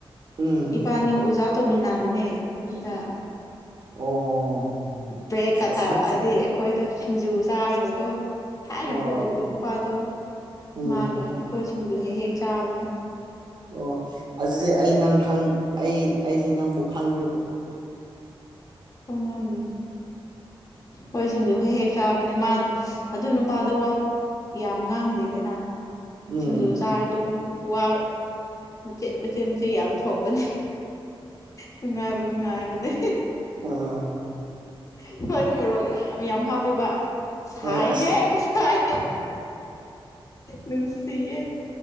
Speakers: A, on the right; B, on the left.
A: ꯎꯝ
B: ꯏꯕꯥꯟꯅꯤ ꯑꯣꯖꯥ ꯇꯨꯃꯤꯟꯅꯕꯅꯦ ꯑꯗꯨꯗ
A: ꯑꯣ
B: ꯕ꯭ꯔꯦꯛꯀ
A: ꯑꯗꯨꯗꯤ
B: ꯇꯥꯔꯛꯑꯗꯤ ꯑꯩꯈꯣꯏꯗꯣ ꯁꯤꯡꯖꯨ ꯆꯥꯔꯒꯀꯣ ꯊꯥꯏꯅ
A: ꯑꯣ
B: ꯕꯨꯠ ꯎꯕ ꯅꯨꯄꯥꯥꯗꯣ
A: ꯎꯝ
B: ꯃꯥꯒ ꯑꯩꯈꯣꯏ ꯁꯤꯡꯖꯨ ꯍꯦꯛ ꯍꯦꯛ ꯆꯥꯕꯅꯦ꯫
A: ꯑꯣ ꯑꯗꯨꯗꯤ ꯑꯩ ꯅꯪ ꯈꯪ ꯑꯩ ꯑꯩꯁꯦ ꯅꯪꯕꯨ ꯈꯪꯉꯦꯕꯣ꯫
B: ꯈꯪꯉꯝꯅꯤ ꯍꯣꯏ ꯁꯤꯡꯖꯨ ꯍꯦꯛ ꯍꯦꯛ ꯆꯥꯕꯅꯦ ꯃꯥ ꯑꯗꯨ ꯅꯨꯄꯥꯗꯣ ꯌꯥꯝ ꯉꯥꯡꯗꯦꯗꯅ꯫
A: ꯎꯝ
B: ꯁꯤꯡꯖꯨ ꯆꯥꯔꯗꯤꯀꯣ ꯋꯥ ꯃꯆꯦꯠ ꯃꯆꯦꯠ ꯃꯆꯦꯠ ꯌꯥꯝ ꯊꯣꯛ ꯄꯅꯤ ꯅꯨꯡꯉꯥꯏꯕꯨ ꯅꯨꯡꯉꯥꯏꯕꯅꯦ
A: ꯑ
B: ꯑꯩꯈꯣꯏꯗꯤ ꯃꯣꯔꯣꯛ ꯌꯥꯝ ꯌꯥꯝ ꯍꯥꯞꯄꯦꯕ ꯁꯥꯏ
A: ꯍꯣꯏ ꯑꯁ
B: ꯍꯦ ꯁꯥꯏꯍꯦ ꯅꯨꯡꯁꯤꯍꯦ꯫